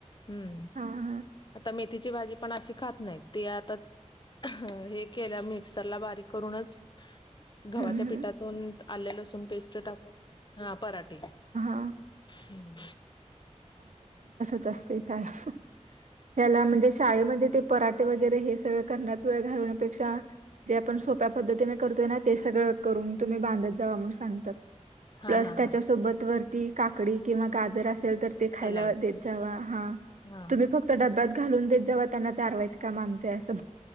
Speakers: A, on the left; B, on the right.
A: हम्म
B: हां हां.
A: आता मेथीची भाजी पण अशी खात नाहीत तेी आता अ हे केलं मिक्सरला बारीक करूनच गव्हाच्या
B: हं हं.
A: पिठातून आले लसूण पेस्ट टाकून हा पराठे
B: व
A: हम्म
B: का ह म्हण श पराठे वगैरे हे सगळ करण्यात वेळ घालण्यापेक्षा जे आपण सोप्या पद्धतीने करतोय ना ते सगळं करून तुम्ही बांधत जा सांगतात
A: हा
B: प्लस
A: हा
B: त्याच्या
A: हा
B: सोबत वरती काकडी किंवा गाजर असेल तर ते खायला
A: सलाड
B: देत जा हा
A: हा
B: तुम्ही फक्त डब्यात घालून देत जावा. त्यांना चारवायच काम आमचय असं.